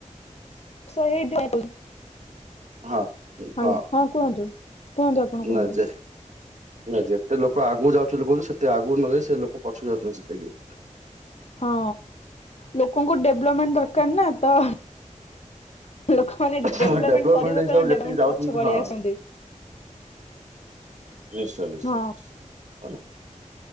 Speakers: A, on the left; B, on the right.
A: <inaudible>
B: ହଁ ଏଇ
A: ହାଲୋ
B: ହଁ।
A: ହଁ କୁହନ୍ତୁ। କୁହନ୍ତୁ ଆପଣ କୁହନ୍ତୁ।
B: ନଯେ ନାଇଁ ଯେତେ ଲୋକ ଆଗକୁ ଯାଉଛନ୍ତି କହୁଛୁ ସେତେ ଆଗକୁ ନ ଯ ସେ ଲୋକ ପଛ ଯାଉଛନ୍ତି ସେତିକି।
A: ହଁ ଲୋକଙ୍କୁ ଡେଭ୍ଲପ୍ମେଣ୍ଟ ଦରକାର ନା ତ ଲୋକମାନେ
B: ହଁ ଡେଭଲପମେଣ୍ଟ
A: କରିବା
B: ହିସାବରେ
A: କାରଣ
B: ଯେତିକି
A: ଡେଭଲପମେଣ୍ଟ
B: ଯାଉଛନ୍ତି
A: ପଛକୁ ପଳେଇ
B: ହଁ।
A: ଆସନ୍ତି।
B: ନିଶ୍ଚୟ, ନିଶ୍ଚୟ
A: ହଁ
B: ନିଶ୍ଚିଚ ହେଲା।